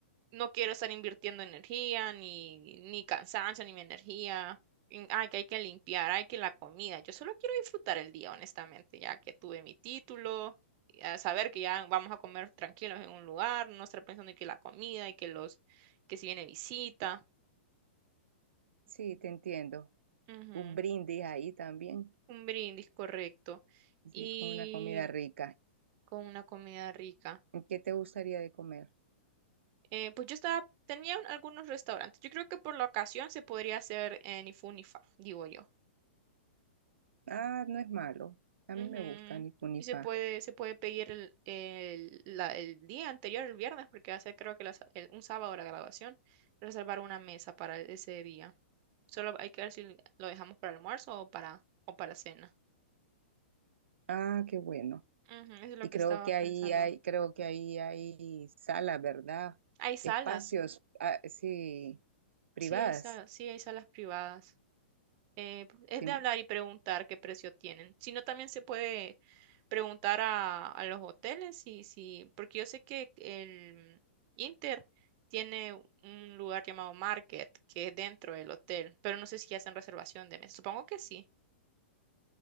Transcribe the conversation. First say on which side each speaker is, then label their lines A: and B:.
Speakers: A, on the right; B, on the right.
A: no quiero estar invirtiendo energía, ni, ni cansancio, ni mi energía. en, ay, que hay que limpiar, hay que la comida. Yo solo quiero disfrutar el día, honestamente, ya que tuve mi título, y a saber que ya vamos a comer tranquilos en un lugar, no estar pensando en que la comida y que los, que si viene visita.
B: Sí, te entiendo.
A: Ujú,
B: Un brindis ahí también,
A: Un brindis, correcto.
B: sí,
A: Y
B: con una comida rica.
A: con una comida rica.
B: ¿Y ¿Qué te gustaría de comer?
A: Eh, pues yo estaba, tenía un- algunos restaurantes. Yo creo que por la ocasión se podría hacer en Ifunifa, digo yo.
B: Ah, no es malo. A
A: Ujú.
B: mí me gusta ni fu ni
A: Y
B: fa.
A: se puede, se puede pedir el, el, la- el día anterior, el viernes, porque hace creo que la sa- el- un sábado la graduación, reservar una mesa para ese día. Solo hay que ver si lo dejamos para almuerzo o para, o para cena.
B: Ah, qué bueno.
A: Ujú, eso es lo
B: Y
A: que
B: creo
A: estaba
B: que
A: pensando.
B: ahí hay, creo que ahí hay salas, ¿verdad?
A: Hay salas,
B: Espacios, ah, sí, privadas.
A: sí hay salas, sí hay salas privadas. eh, es
B: Sí.
A: de hablar y preguntar qué precio tienen. Si no, también se puede preguntar a, a los hoteles y si, porque yo sé que el Inter tiene un lugar llamado Market, que es dentro del hotel, pero no sé si hacen reservación de mesa. Supongo que sí.